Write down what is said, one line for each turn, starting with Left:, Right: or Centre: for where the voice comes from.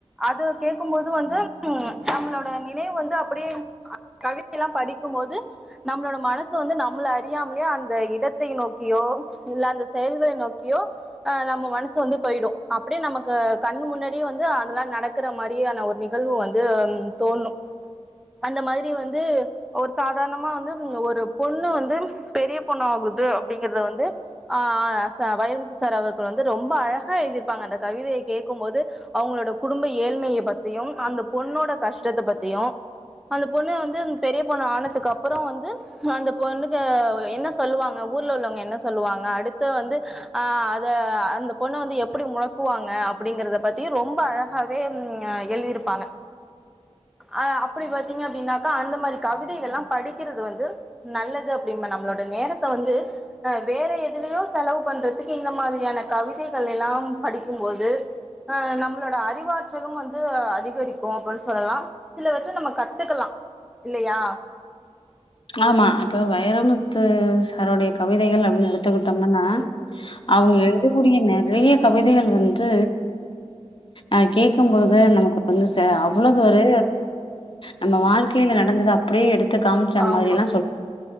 Centre: அது கேக்கும் போது வந்து உ நம்மளோட நினைவு வந்து அப்படியே கவிதை எல்லா படிக்கும்போது நம்மளோட மனசு வந்து நம்மள அறியாமலேயே அந்த இடத்தை நோக்கியோ இல்ல அந்த செயல்களை நோக்கியோ அஹ் நம்ம மனசு வந்து போயிடு அப்படியே நமக்கு கண்ணு முன்னாடியே வந்து அதெல்லா நடக்கிற மாரியான ஒரு நிகழ்வு வந்து தோண்ணு அந்த மாதிரி வந்து ஒரு சாதாரணமா வந்து ஒரு பொண்ணு வந்து பெரிய பொண்ணாகுது அப்படிங்கறத வந்து ஆஹ் சா வைரமுத்து சார் அவர்க்கு வந்து ரொம்ப அழகா எழுதிருப்பாங்க அந்த கவிதையை கேட்கும்போது அவங்களோட குடும்ப ஏழ்மையை பத்தியு அந்த பொண்ணோட கஷ்டத்தை பத்தியு அந்த பொண்ணு வந்து பெரிய பொண்ணு ஆனதுக்கு அப்புற வந்து அந்த பொண்ணுக்கு என்ன சொல்லுவாங்க ஊர்ல உள்ளவங்க என்ன சொல்லுவாங்க அடுத்த வந்து அஹ் அத அந்த பொண்ண வந்து எப்படி முடக்குவாங்க அப்படிங்கறத பத்தி ரொம்ப அழகாவே எழுதிருப்பாங்க அஹ் அப்படி பாத்தீங்க அப்படின்னா அந்த மாரி கவிதைகள்லா படிக்கறது வந்து நல்லது அப்படிம்ப நம்மளோட நேரத்த வந்து வேற எதுலயோ செலவு பண்றதுக்கு இந்த மா திரியான கவிதைகள் எல்லா படிக்கும் போது அஹ் நம்மளோட அறிவாற்றலும் வந்து அதிகரிக்கு அப்பன் சொல்லலா சிலவற்ற நம்ம கத்துக்கலா இல்லையா
Left: ஆமா அப்ப வைரமு த்து சாருடைய கவிதைகள் அப்படின்னு எடுத்துக்கிட்டம்னா அவங்க எழுதக்கூடிய நெறைய கவிதைகள் வந்து அஹ்ஹ கேக்கும் பொழுது நமக்கு வந்து சே அவ்வளவு ஒரு நம்ம வாழ்க்கையில நடந்தது அப்படியே எடுத்துக்கா ட்ற
Centre: ஆமா
Left: மாரில்லா சொல்